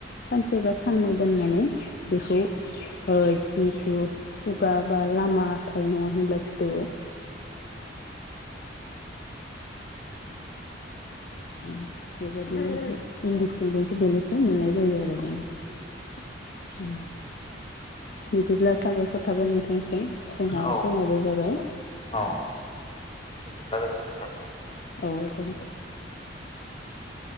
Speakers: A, on the left; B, on the left.
A: सानसे बा साननै दोननानै बेखौ ओ जिथु खुगा बा लामा थायो नङा होनब्ला फिथोबआव <inaudible> <unintelligible> दिहुनाय जायो आरो । ओम बेबायदिनो इन्दि खुन्दुंखौ बेनिफ्राय मोननाय जायो आरो । दा बिदिब्ला साबायखर थाबाय नोंथांसिम । जोंहा
B: औ
A: समाबो जाबाय
B: औ बिदिब्ला गोजोनथों।
A: औ दे <unintelligible>